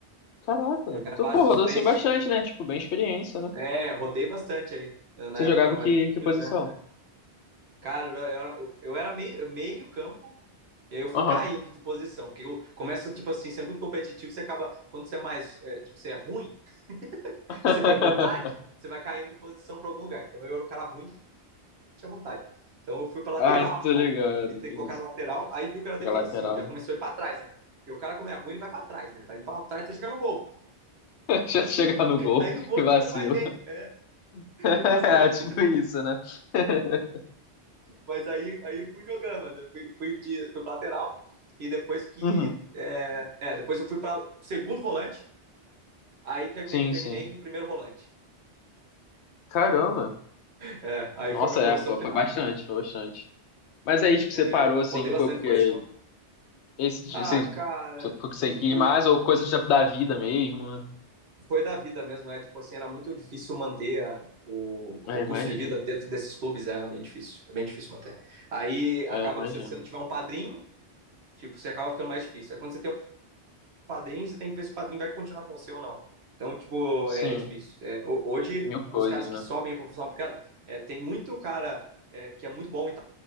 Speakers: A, on the left; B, on the right.
A: Caraca.
B: Joguei na
A: Tu,
B: base
A: pô, rodou
B: dos três
A: assim bastante,
B: times.
A: né? Tipo, bem experiência, né?
B: É, rodei bastante aí. Na
A: Você
B: época
A: jogava
B: eu era
A: que,
B: mais novinho,
A: que posição?
B: né? Cara, eu era, eu, eu era meio, meio campo, e aí eu fui
A: Aham.
B: caindo de posição, porque eu começa, tipo assim, ser muito competitivo, você acaba, quando você é mais, é, tipo, você é ruim
A: <laughs>
B: e você tem vontade, você vai caindo de posição para algum lugar. Então eu era um cara ruim que tinha vontade. Então eu fui para lateral,
A: Ah, tô ligado,
B: me te-
A: que
B: colocar
A: isso.
B: na lateral, aí viu que era defensivo,
A: Joga lateral,
B: já
A: né?
B: começou a ir para trás, né? Porque o cara, como é ruim, ele vai para trás, né? Ele vai indo pra trás até chegar no gol.
A: <laughs> Já chegar no gol,
B: Aí no gol,
A: que vacilo.
B: tipo, ele vai bem.
A: <laughs>
B: <laughs>
A: É,
B: Tô zoando.
A: tipo isso, né? <laughs>
B: Mas aí, aí fui jogando, mano. Eu Fui, fui, de, fui pra lateral. E depois que.
A: Uhum.
B: É, é, depois eu fui pra segundo volante. Aí terminei,
A: Sim,
B: terminei
A: sim.
B: em primeiro volante.
A: Caramba.
B: É, aí
A: Nossa,
B: foi minha posição
A: é, foi,
B: final.
A: foi bastante, foi bastante. Mas aí, tipo,
B: É,
A: você parou assim,
B: rodei bastante
A: foi porque
B: posição.
A: esse,
B: Ah,
A: esse,
B: cara,
A: foi porque você
B: tipo,
A: quis mais ou coisa da da vida mesmo, né?
B: foi da vida mesmo. É tipo assim, era muito difícil manter a- o,
A: É,
B: o
A: imagino.
B: custo de vida dentro desses clubes. É bem difícil. É bem difícil manter. Aí
A: É,
B: acaba
A: imagino.
B: que se você não tiver um padrinho, tipo, você acaba ficando mais difícil. Aí quando você tem padrinho, você tem que ver se o padrinho vai continuar com você ou não. Então, tipo,
A: Sim,
B: é, é difícil. É, hoje,
A: mil coisas,
B: os caras que
A: né?
B: sobem para profissional, porque é, tem muito cara é, que é muito bom e tá,